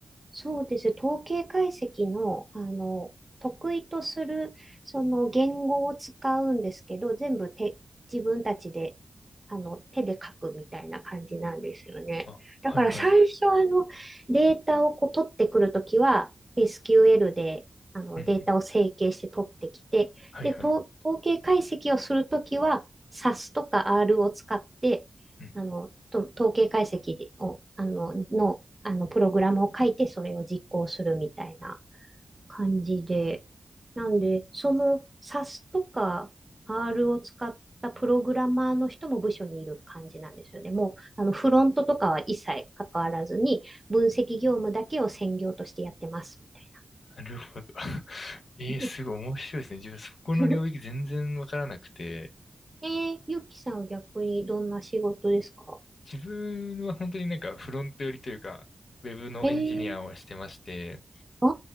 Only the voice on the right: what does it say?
そうです。統計解析の、あの、得意とする、その言語を使うんですけど、全部手、自分たちで、あの、手で書くみたいな感じなんですよね。
だから最初、
あの、データをこう取ってくるときは、SQL で、あの、
データを整形して取ってきて、
で、と統計解析をするときは、SAS とか R を使って、
あの、と統計解析を、あの、の、あの、プログラムを書いて、それを実行するみたいな感じで、なんで、その SAS とか R を使ったプログラマーの人も部署にいる感じなんですよね。もう、あの、フロントとかは一切関わらずに、分析業務だけを専業としてやってます、みたい
な。
<laughs> えー、ゆきさんは逆にどんな仕事ですか
えー、あ